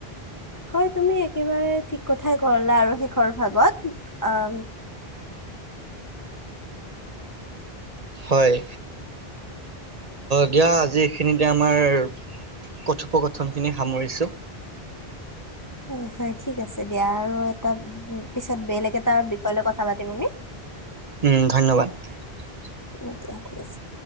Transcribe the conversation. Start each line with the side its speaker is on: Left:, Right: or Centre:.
Left: হয় তুমি একেবাৰে ঠিক কথাই কোৱা ক'লা আৰু শেষৰ ভাগত আহ-
Right: হয় দিয়া আজি এইখিনিতে আমাৰ কথোপগথনখিনি সামৰিছোঁ।
Left: হয় হয় ঠিক আছে। এতিয়া আৰু এটা পিছত বেলেগ এটা বিষয় লৈ কথা পাতিম আমি।
Right: উম, <inaudible>
Left: অ'কে ঠিক আছে।